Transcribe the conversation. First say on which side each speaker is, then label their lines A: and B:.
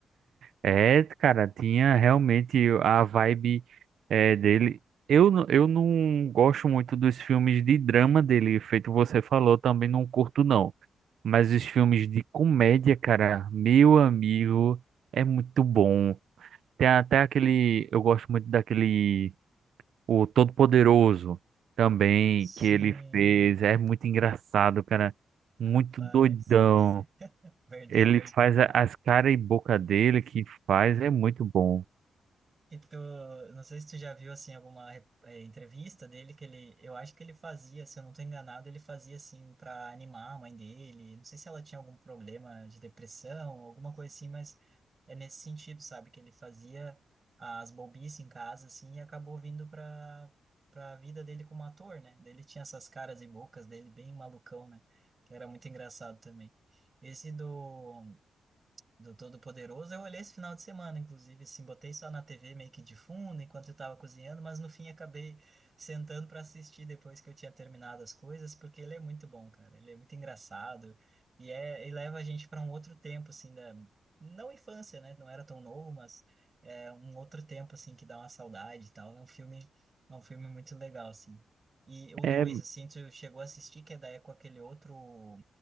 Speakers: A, on the right (about 65°); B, on the right (about 25°).
A: É, cara, tinha realmente a vibe é, dele. Eu, n- eu não gosto muito dos filmes de drama dele, feito você falou, também não curto não. Mas os filmes de comédia, cara, meu amigo, é muito bom. Tem até aquele, eu gosto muito daquele, o Todo-Poderoso também,
B: Sim,
A: que ele fez. É muito engraçado, cara, muito
B: rapaz.
A: doidão.
B: Verdade.
A: Ele faz a- as cara e boca dele que faz, é muito bom.
B: E tu, não sei se tu já viu assim alguma re- eh, entrevista dele que ele, eu acho que ele fazia, se eu não tô enganado, ele fazia assim para animar a mãe dele. Não sei se ela tinha algum problema de depressão, alguma coisa assim, mas é nesse sentido, sabe, que ele fazia as bobices em casa assim e acabou vindo para para a vida dele como ator, né? Daí Ele tinha essas caras e bocas dele bem malucão, né? Que era muito engraçado também. Esse do do Todo-Poderoso. Eu olhei esse final de semana, inclusive, assim, botei só na TV meio que de fundo enquanto eu tava cozinhando, mas no fim acabei sentando para assistir depois que eu tinha terminado as coisas, porque ele é muito bom, cara. Ele é muito engraçado e é e leva a gente para um outro tempo, assim, da não infância, né? Não era tão novo, mas é um outro tempo assim que dá uma saudade e tal. É um filme, é um filme muito legal, assim. E o
A: É,
B: dois assim, tu chegou a assistir, que é daí é com aquele outro